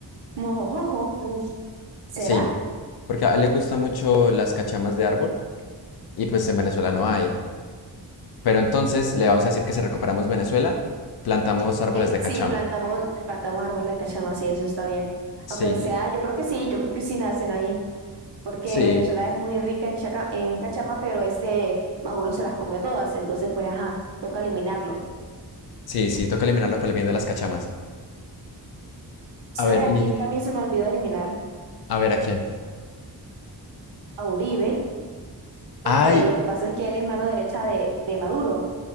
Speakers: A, on the right; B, on the left.
A: Mojojojo, mm, ¿será?
B: sí, porque a él le gustan mucho las cachamas de árbol y pues en Venezuela no hay. Pero entonces le vamos a decir que si recuperamos Venezuela, plantamos árboles
A: El,
B: de
A: sí,
B: cachama.
A: plantamos, plantamos árbol de cachama, sí, eso está bien.
B: Sí,
A: Aunque sea,
B: yo-
A: yo creo que sí, yo creo que sí nacen ahí, porque
B: sí,
A: Venezuela es muy rica en, chaca- en cachama, pero ese Maduro se las comió todas, entonces pues ajá, toca eliminarlo.
B: sí, sí, toca eliminarlo por el bien de las cachamas. A
A: ¿Sabe
B: ver,
A: a
B: y
A: quién también se nos olvidó eliminar?
B: a ver a quién.
A: A Uribe, porque
B: Ay,
A: lo que pasa es que él es mano derecha de, de Maduro,